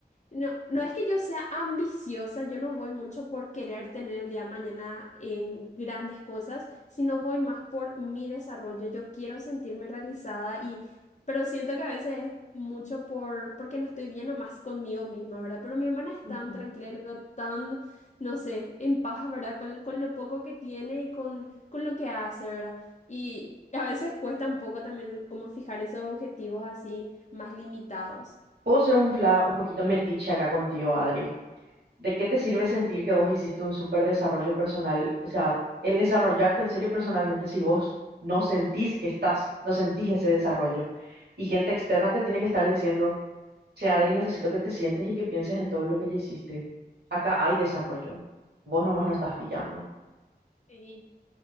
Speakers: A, on the left; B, on the right.
A: no, no es que yo sea ambiciosa, yo no voy mucho por querer tener el día de mañana en grandes cosas, sino voy más por mi desarrollo. Yo quiero sentirme realizada y, pero siento que a veces es mucho por, porque no estoy bien o más conmigo misma, ¿verdad? Pero mi hermana es
B: ujú.
A: tan tranquila y la veo tan, no sé, en paz, ¿verdad? Con, con lo poco que tiene y con, con lo que hace, ¿verdad? Y a veces cuesta un poco también como fijar esos objetivos así más limitados.
B: Puedo ser un fla un poquito metiche acá contigo, Adri. ¿De qué te sirve sentir que vos hiciste un súper desarrollo personal? O sea, el desarrollarte en serio personalmente si vos no sentís que estás, no sentís ese desarrollo. Y gente externa te tiene que estar diciendo. sea, Adri, necesito que te sientes y que pienses en todo lo que ya hiciste. Acá hay desarrollo. Vos nomás no estás pillando.
A: Sí.